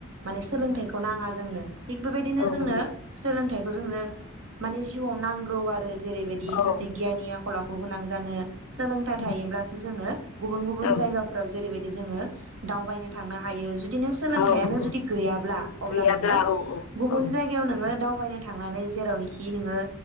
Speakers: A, on the right (about 65°); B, on the left (about 85°).
A: माने सोलोंथायखौ
B: औ
A: नाङा जोंनो थिग बेबायदिनो
B: औ
A: जोंनो
B: नंगौ
A: सोलोंथाय बेखौ जोंनो माने जिउआव नांगौ आरो जेरैबायदि
B: औ
A: सासे गियानिया खल आखु गोनां जानो सोलोंथाय
B: उम,
A: थायोब्लासो जोङो गुबुन गुबुन
B: औ
A: जायगाफ्राव जेरैबाय जोङो दावबायनो थांनो हायो जु जुदि नों सोलोंथाइयानो
B: औ नंगौ
A: जुदि गैयाब्ला अब्ला
B: गैयाब्ला
A: नोङो
B: औ औ
A: गुबुन
B: औ
A: जायगायाव नोङो दाव बायनो थांनानै जेरावनिखि नोङो